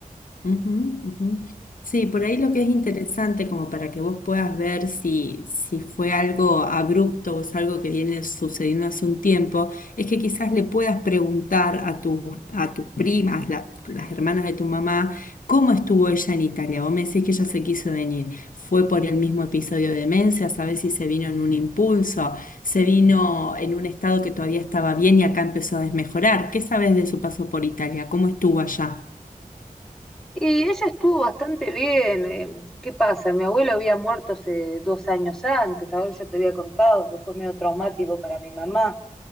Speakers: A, on the left; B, in the centre.
A: Ujú, ujú. Sí, por ahí lo que es interesante, como para que vos puedas ver si, si fue algo abrupto o es algo que viene sucediendo hace un tiempo, es que quizás le puedas preguntar a tu, a tus primas, la- las hermanas de tu mamá, cómo estuvo ella en Italia. Vos me decís que ella se quiso venir. ¿Fue por el mismo episodio de demencia? ¿Sabés si se vino en un impulso? ¿Se vino en un estado que todavía estaba bien y acá empezó a desmejorar? ¿Qué sabes de su paso por Italia? ¿Cómo estuvo allá?
B: Y ella estuvo bastante bien. eh, ¿Qué pasa? Mi abuelo había muerto hace dos años antes, tal vez yo te había contado que fue medio traumático para mi mamá.